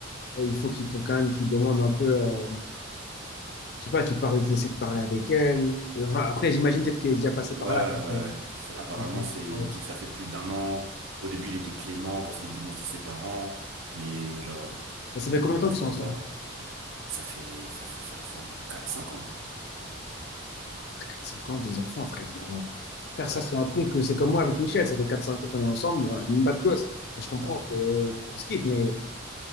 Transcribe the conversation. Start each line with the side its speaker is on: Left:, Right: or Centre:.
Left: Et il faut qu'il quand même qu'il demande un peu, euh, je sais pas, qu'il parle, qu'il essaie de parler avec elle. Et enfin, après,
Right: bah
Left: j'imagine peut-être qu'il est déjà passé
Right: voilà,
Left: par là.
Right: ouais.
Left: euh,
Right: ouais. C'est- Apparemment,
Left: donc,
Right: c'est, il
Left: euh,
Right: dit que ça fait plus d'un an. Au début, il était clément parce qu'il dit bon, c'est ses parents, mais genre, euh,
Left: Mais ça fait
Right: il,
Left: combien de temps
Right: il
Left: qu'ils
Right: se
Left: sont
Right: voit
Left: ensemble?
Right: pas. Ça fait, ça fait, ça fait au moins quatre cinq ans.
Left: Ah, 4-5 ans, des enfants, frère. Non. Frère,
Right: Ouais.
Left: ça, c'est un truc, c'est comme moi avec Michel, ça fait quatre cinq ans qu'on est ensemble, on a même pas de gosse. Enfin, Je comprends
Right: Hmm.
Left: que- qu'on se quitte, mais